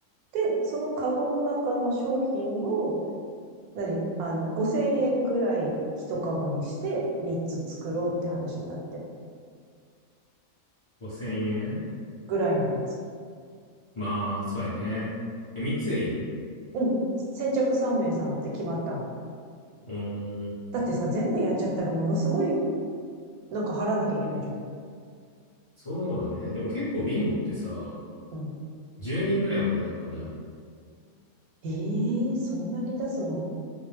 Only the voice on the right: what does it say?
で、そのカゴの中の商品を、何あの、5000円ぐらい一カゴにして3つ作ろうって話になって、
ぐらいのやつ。
うん。先着3名様って決まったの。
だってさ、全部やっちゃったらものすごい、なんか払わなきゃいけないじゃん。
うん。
ええーそんなに出すの